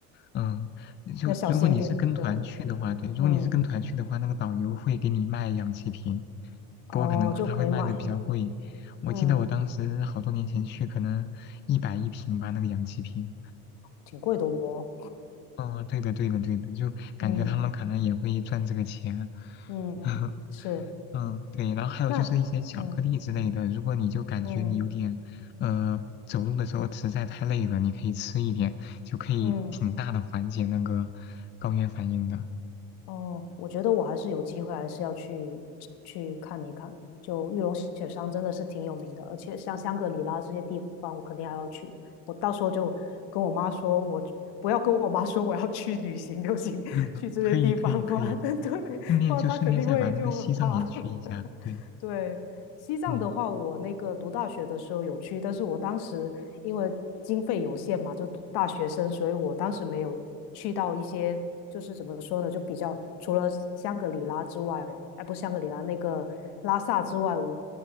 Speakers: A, on the left; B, on the left.
A: 嗯，就如果你是跟团去的话，
B: 要小心点，对，
A: 对，如果你是跟团去的话，
B: 嗯，
A: 那个导游会给你卖氧气瓶，
B: 哦，
A: 不过可能他会卖的比较贵。
B: 就可以买，
A: 我记得我当时好多年前去，
B: 嗯。
A: 可能一百一瓶吧，那个氧气瓶。
B: 挺贵的哦。
A: 哦，对的，对的，对的，就感觉他们可能也会赚这个钱。
B: 嗯嗯嗯，
A: <laughs>
B: 是。
A: 嗯，对，然后还有就是一些巧克力之类的，
B: 那嗯
A: 如果你就感觉你有点，
B: 嗯
A: 呃，走路的时候实在太累了，你可以吃一点，就可以挺大的缓解那个高原反应的。
B: 嗯哦，我觉得我还是有机会，还是要去去看一看。就玉龙雪山真的是挺有名的，而且像香格里拉这些地方，我肯定还要去的。我到时候就跟我妈说，我不要跟我妈说我要去旅行就行，
A: <laughs>
B: <laughs> 去这些地方，
A: 嗯可以，可以，可以，
B: 不然 <laughs> 对，
A: 顺便就顺便再把那个西藏也去一下。
B: 不然她肯定会就很怕。<laughs>
A: 对，
B: 对，西藏的话，
A: 嗯，
B: 我那个读大学的时候有去，但是我当时因为经费有限嘛，就读大学生，所以我当时没有去到一些，就是怎么说呢，就比较除了香格里拉之外，哎，不是香格里拉，那个拉萨之外，我